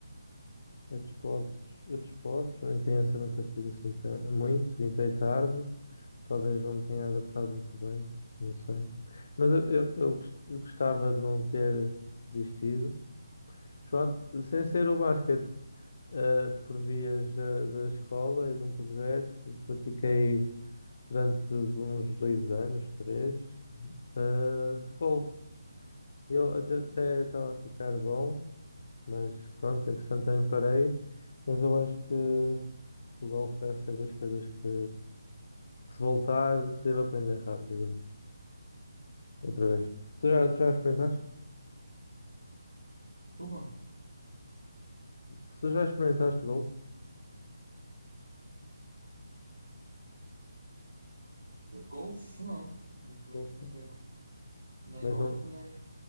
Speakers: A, on the left (about 50°); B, on the right (about 85°).
A: a, a desportos, a desportos, em criança nunca fiz assim ta- muito, entrei tarde, talvez não me tenha adaptado muito bem, não sei. Mas eu, eu, eu gos- eu gostava de não ter desistido. Pronto, sem ser o basquete. eh, por vias da, da escola e de um projeto. Pratiquei durante uns dois anos, três, eh, golfe. Eu até até estava a ficar bom, mas pronto, entretanto também parei. Mas eu acho que o golfe deve ser das coisas que, que se voltar, devo aprender rápido outra vez. Tu já, tu já experimentaste?
B: Cuba?
A: Se tu já experimentaste golfe,
B: golfe? Não, nunca
A: golfe,
B: experimentei. Nem
A: mas
B: golfe,
A: não,
B: nem